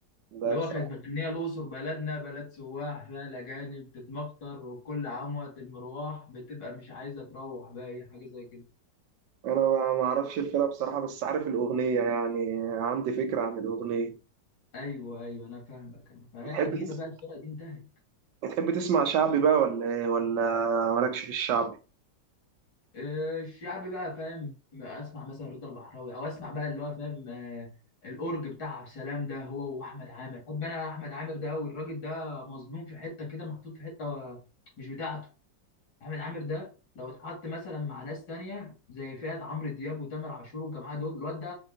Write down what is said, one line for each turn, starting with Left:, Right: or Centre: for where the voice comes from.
Right: ده
Left: اللي
Right: بصراحة
Left: هو كانت مغنية الأقصر بلدنا بلد سواح فيها الأجانب بتتمخطر وكل عام وقت المروح بتبقى مش عايزة تروح بقى إيه، حاجة زي كده
Right: انا ما ما اعرفش الفرقه بصراحه بس عارف الاغنيه يعني عندي فكره عن الاغنيه
Left: أيوه أيوه أنا فاهمك أنا فهي
Right: بتحب
Left: قديمة
Right: تس...
Left: بقى الفرقة دي انتهت
Right: بتحب تسمع شعبي بقى ولا ايه ولا مالكش في الشعبي
Left: آه، الشعب بقى فاهم اسمع مثلا رضا البحراوي او اسمع بقى اللي هو فاهم آه، الاورج بتاع عبد السلام ده هو واحمد عامر بحب انا احمد عامر ده قوي الراجل ده مظلوم في حته كده محطوط في حته و- مش بتاعته احمد عامر ده لو اتحط مثلا مع ناس تانية زي فئه عمرو دياب وتامر عاشور والجماعه دول الواد ده